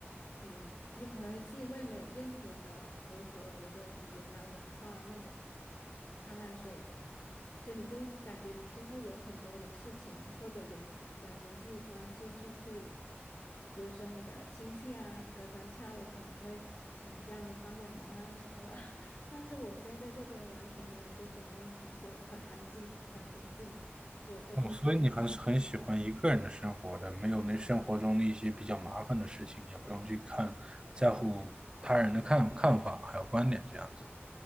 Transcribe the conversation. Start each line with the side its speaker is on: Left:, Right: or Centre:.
Left: 嗯，有可能是因为没有任何的隔阂，比如说语言啊、文化啊那种呃障碍，所以所以你就感觉你就会有很多的事情或者人际呃人际关系去处理，比如说你的亲戚啊，隔三差五可能会嗯叫你帮点忙啊什么的，<laughs> 但是我现在在这边完全没有这种问题，就很安静、很平静，我我挺喜欢
Right: 哦，所以你还是很喜欢一个人的生活的，没有那生活中的一些比较麻烦的事情，也不用去看在乎他人的看看法还有观点这样子。